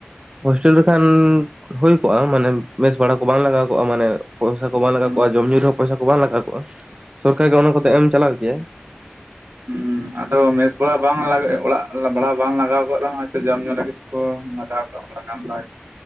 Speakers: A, on the right; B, on the right.
A: ᱦᱳᱥᱴᱮᱞ ᱨᱮᱠᱷᱟᱱ ᱦᱩᱭ ᱠᱚᱜᱼᱟ, ᱢᱟᱱᱮ ᱵᱮᱥ ᱵᱷᱟᱲᱟ ᱠᱚ ᱵᱟᱝ ᱞᱟᱜᱟᱣ ᱠᱚᱜᱼᱟ ᱢᱟᱱᱮ ᱯᱚᱭᱥᱟ ᱠᱚ ᱵᱟᱝ ᱞᱟᱜᱟᱣ
B: ᱦᱩᱸ
A: ᱠᱚᱜᱼᱟ, ᱡᱚᱢ ᱧᱩ ᱨᱮᱦᱚᱸ ᱯᱚᱭᱥᱟ ᱠᱚ ᱵᱟᱝ ᱞᱟᱜᱟᱣ ᱠᱚᱜᱼᱟ, ᱥᱚᱨᱠᱟᱨ ᱜᱮ ᱚᱱᱟ ᱠᱚᱫᱚ ᱮᱢ ᱪᱟᱞᱟᱣ ᱠᱮᱭᱟᱭ᱾
B: ᱩᱸ ᱟᱫᱚ ᱢᱮᱥ ᱛᱷᱚᱲᱟ ᱵᱟᱝ ᱞᱟᱜ ᱚᱲᱟᱜ ᱵᱷᱟᱲᱟ ᱵᱟᱝ ᱞᱟᱜᱟᱣ ᱠᱚᱜ ᱨᱮᱦᱚᱸ ᱦᱚᱭᱛᱚ ᱡᱚᱢ ᱧᱩ ᱞᱟᱹᱜᱤᱫ ᱛᱮ ᱠᱚ ᱞᱟᱜᱟᱣᱟᱜ ᱛᱷᱚᱲᱟ ᱜᱟᱱ ᱫᱚ